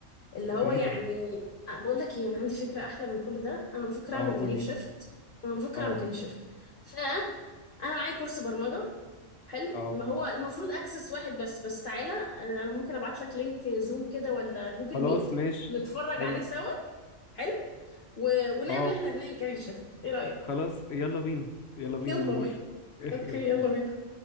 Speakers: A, on the left; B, on the left.
A: اللي
B: ده
A: هو
B: إيه
A: يعني
B: ده
A: بقولك إيه أنا عندي فكرة أحلى من كل ده أنا بفكر أعمل
B: أه
A: كارير
B: قولي
A: شيفت أنا بفكر
B: أه
A: أعمل كارير شيفت فأنا معايا كورس برمجة حلو
B: أه
A: ما هو المفروض اكسس واحد بس بس تعالى آه، انا ممكن ابعت لك لينك زوم كده ولا جوجل
B: خلاص
A: ميت
B: ماشي
A: نتفرج
B: حلو
A: عليه سوا حلو و... ونعمل
B: أه
A: احنا اتنين كاري شيفت ايه رأيك
B: خلاص يلا بينا يلا بينا
A: يلا
B: أنا موافق
A: بينا
B: <laughs>
A: اوكي
B: يلا
A: يلا
B: بينا
A: بينا